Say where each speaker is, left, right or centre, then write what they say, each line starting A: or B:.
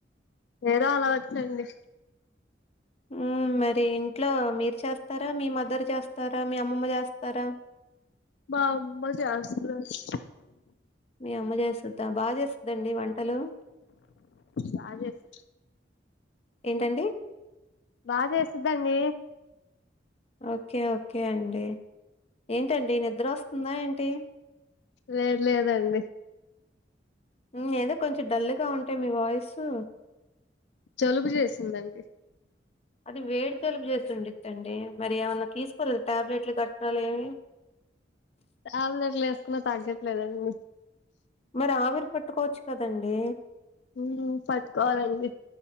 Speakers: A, on the left; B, on the left.
A: ఏదో అలా వచ్చు అండి
B: ఉమ్ మరి ఇంట్లో మీరు చేస్తారా మీ మదర్ చేస్తారా మీ అమ్మమ్మ చేస్తారా
A: మా అమ్మ చేస్తదండి
B: మీ అమ్మ చేస్తది బాగా చేస్తదండి వంటలు
A: బాగా చేస్త
B: ఏంటండి
A: బాగా చేసిద్దండి
B: ఓకే ఓకే అండి ఏంటండి నిద్ర వస్తుందా ఏంటి
A: లేదు లేదండి
B: ఉ ఏదో కొంచెం డల్ గా ఉంటే మీ వాయిస్ ఉ
A: జలుబు చేసిందండి
B: అది వేడి జలుపు చేసిండిద్దండి మరి ఏమన్నా తీసుకోలేదు టాబ్లెట్లు గట్ర ఏమి
A: టాబ్లెట్లు ఏసుకున్నా తగ్గట్లేదండి
B: మరి ఆవిరి పట్టుకోవచ్చు కదండి
A: ఊమ్ పట్టుకోవాలండి